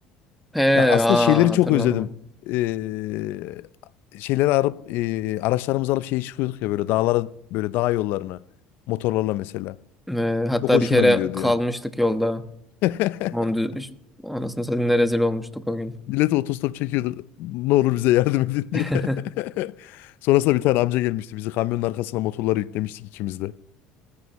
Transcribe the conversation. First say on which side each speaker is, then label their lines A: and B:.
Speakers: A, in the centre; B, on the left (about 70°).
A: He
B: Ya aslında
A: ha
B: şeyleri
A: hatırladım.
B: çok özledim. Ee, şeyleri arıp ee, araçlarımızı alıp şeye çıkıyorduk ya böyle dağlara böyle dağ yollarına motorlarla mesela.
A: Ee, hatta
B: Çok hoşuma
A: bir kere
B: gidiyordu
A: kalmıştık
B: ya.
A: yolda.
B: <laughs>
A: Onu dü- Anasını satayım ne rezil olmuştuk o gün.
B: Millet otostop çekiyordu. Ne olur bize yardım edin
A: <laughs>
B: diye. <laughs> Sonrasında bir tane amca gelmişti. Bizi kamyonun arkasına motorları yüklemiştik ikimiz de.